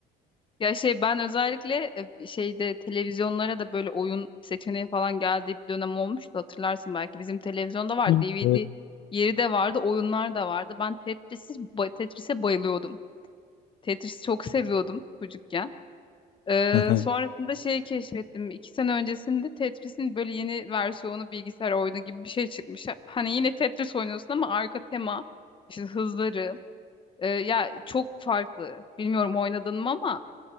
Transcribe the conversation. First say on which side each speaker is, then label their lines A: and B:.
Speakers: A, on the left (about 30°); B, on the left (about 75°).
A: Ya şey ben özellikle e, şeyde televizyonlara da böyle oyun seçeneği falan geldiği bir dönem olmuştu hatırlarsın belki. Bizim televizyonda var
B: Hı.
A: DVD
B: Evet.
A: yeri de vardı, oyunlar da vardı. Ben Tetris'i ba- Tetris'e bayılıyordum. Tetris'i çok seviyordum çocukken. Ee,
B: Aha.
A: sonrasında şey keşfettim. İki sene öncesinde Tetris'in böyle yeni versiyonu bilgisayar oyunu gibi bir şey çıkmış. Hani yine Tetris oynuyorsun ama arka tema, işte hızları. Ee, ya çok farklı. Bilmiyorum oynadın mı ama